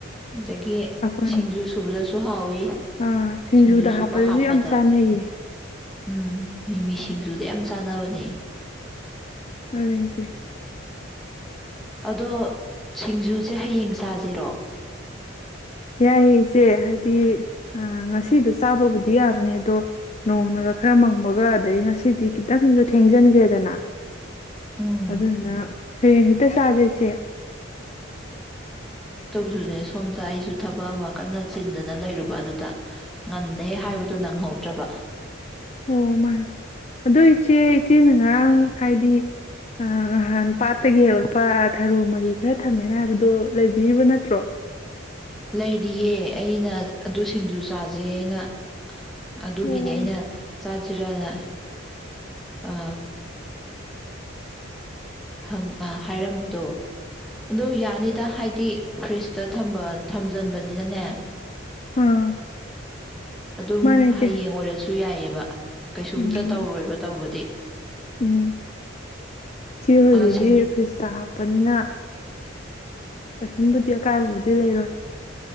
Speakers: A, in the centre; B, on the left (about 30°).
A: ꯑꯗꯒꯤ
B: ꯑꯩꯈꯣꯏꯅ
A: ꯁꯤꯡꯖꯨ ꯁꯨꯕꯗꯁꯨ ꯍꯥꯎꯋꯤ
B: ꯑꯥ ꯁꯤꯡꯖꯨꯗ
A: ꯁꯤꯡꯖꯨ ꯁꯨꯕ
B: ꯍꯥꯞꯄꯗꯁꯨ
A: ꯍꯥꯞꯄꯗ
B: ꯌꯥꯝ ꯆꯥꯅꯩꯌꯦ
A: ꯎꯝ ꯃꯤꯃꯤꯁꯤꯡꯖꯨꯗꯤ ꯌꯥꯝ ꯆꯥꯟꯅꯕꯅꯦ
B: ꯑꯆꯦ
A: ꯑꯗꯣ ꯁꯤꯡꯖꯨꯁꯦ ꯍꯌꯦꯡ ꯆꯥꯁꯤꯔꯣ
B: ꯌꯥꯏ ꯏꯆꯦ ꯍꯥꯏꯗꯤ ꯑꯥ ꯉꯁꯤꯗꯣ ꯆꯥꯕꯕꯨꯗꯤ ꯌꯥꯕꯅꯦ ꯑꯗꯣ ꯅꯣꯡꯅꯒ ꯈꯔ ꯃꯪꯕꯒ ꯑꯗꯩ ꯉꯁꯤꯗꯤ ꯈꯤꯇꯪꯁꯨ ꯊꯦꯡꯖꯤꯟꯈ꯭ꯔꯦꯗꯅ
A: ꯎꯝ
B: ꯑꯗꯨꯗꯨꯅ ꯍꯌꯦꯡ ꯍꯦꯛꯇ ꯆꯥꯖꯤꯁꯦ
A: ꯑꯗꯨꯅꯦ ꯁꯣꯝꯗ ꯑꯩꯁꯨ ꯊꯕꯛ ꯑꯃ ꯀꯟꯅ ꯆꯤꯟꯗꯅ ꯂꯩꯔꯨꯕ ꯑꯗꯨꯗ ꯉꯟꯅꯍꯦꯛ ꯍꯥꯏꯕꯗꯣ ꯅꯪꯍꯧꯗ꯭ꯔꯕ
B: ꯑꯣ ꯃꯥꯅꯦ ꯑꯗꯣ ꯏꯆꯦ ꯏꯆꯦꯅ ꯉꯔꯥꯡ ꯍꯥꯏꯗꯤ ꯅꯍꯥꯟ ꯄꯥꯠꯇꯒꯤ ꯍꯦꯛꯂꯛꯄ ꯊꯔꯣ ꯃꯔꯤ ꯈꯔ ꯊꯝꯃꯦꯅ ꯍꯥꯏꯕꯗꯣ ꯂꯩꯕꯤꯔꯤꯕ ꯅꯠꯇ꯭ꯔꯣ
A: ꯂꯩꯔꯤꯌꯦ ꯑꯩꯅ ꯑꯗꯨ ꯁꯤꯡꯖꯨ ꯆꯥꯁꯦꯅ ꯑꯗꯨꯒꯤꯅꯦ
B: ꯑꯣ
A: ꯑꯩꯅ ꯆꯥꯁꯤꯔꯅ ꯑ ꯍꯪ ꯑ ꯍꯥꯏꯔꯝꯕꯗꯣ ꯑꯗꫭ ꯌꯥꯅꯤꯗ ꯍꯥꯏꯗꯤ ꯐ꯭ꯔꯤꯇ ꯊꯝꯕ ꯊꯝꯖꯟꯕꯅꯤꯅꯅꯦ
B: ꯑꯥ
A: ꯑꯗꯨꯝ
B: ꯃꯥꯅꯦ ꯏꯆꯦ
A: ꯍꯌꯦꯡ ꯑꯣꯏꯔꯁꯨ ꯌꯥꯏꯑꯕ ꯀꯩꯁꯨꯝꯇ
B: ꯎꯝ
A: ꯇꯧꯔꯣꯏꯕ ꯇꯧꯕꯗꯤ
B: ꯎꯝ ꯏꯆꯦ ꯍꯣꯏꯒꯤꯗꯤ
A: ꯑ, ꯁꯤꯡ
B: ꯐꯦꯁꯇ ꯍꯥꯞꯄꯅꯤꯅ ꯀꯩꯁꯨꯝꯕꯨꯗꯤ ꯑꯀꯥꯏꯕꯕꯨꯗꯤ ꯂꯩꯔꯣꯏ